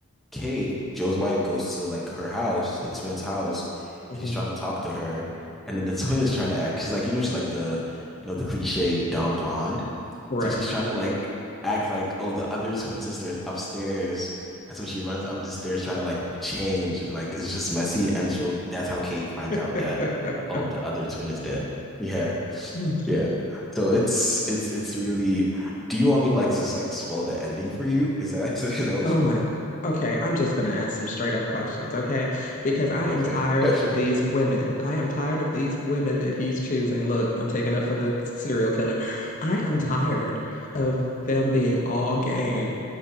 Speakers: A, in the centre; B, on the left (about 35°).
A: Kate, Joe's wife, goes to like her house, the twins' house,
B: hmm
A: and she's trying to talk to her, and then the <laughs> twin is trying to act because like you know she's like the, you know the cliche dumb blonde.
B: Right.
A: So she's trying to like act like, oh, the other twin sister is upstairs. And so she runs up the stairs trying to like change. Like it's just messy. And so that's how Kate finds
B: <laughs>
A: out that, oh, the other twin is dead. Yeah.
B: Mm.
A: Yeah. So it's it's it's really do you want me to like just like spoil the ending for you? Is that <laughs> is that what
B: Oh
A: you
B: my.
A: want?
B: Okay, I'm just going to ask some straight up questions, okay? Because I
A: Okay.
B: am tired
A: Yeah, sure.
B: of these women. I am tired of these women that he's choosing. Look, I'm taking up for the s- serial killer. I am tired of them being all game,